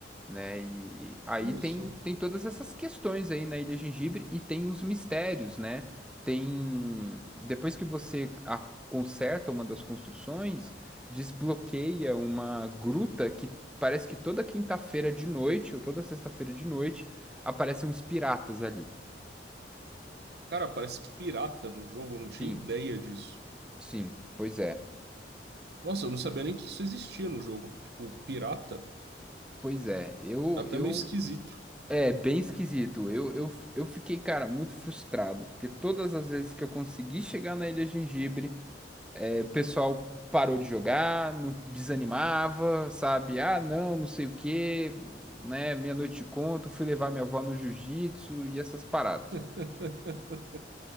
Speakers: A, in the centre; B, on the right.
A: né? E aí
B: olha
A: tem,
B: só.
A: tem todas essas questões aí na Ilha Gengibre e tem os mistérios, né? Tem depois que você a- conserta uma das construções, desbloqueia uma gruta que parece que toda quinta-feira de noite ou toda sexta-feira de noite aparecem uns piratas ali.
B: Cara, parece pirata no jogo, eu não tinha
A: Sim,
B: ideia disso.
A: sim, pois é.
B: Nossa, eu não sabia nem que isso existia no jogo. Tipo, pirata,
A: Pois é, eu,
B: é até
A: eu,
B: meio esquisito.
A: é bem esquisito. Eu, eu, eu fiquei, cara, muito frustrado, porque todas as vezes que eu consegui chegar na Ilha Gengibre, é, o pessoal parou de jogar, não desanimava, sabe? Ah, não, não sei o quê, né? Meia noite te conto, fui levar minha avó no jiu-jitsu e essas paradas.
B: <laughs>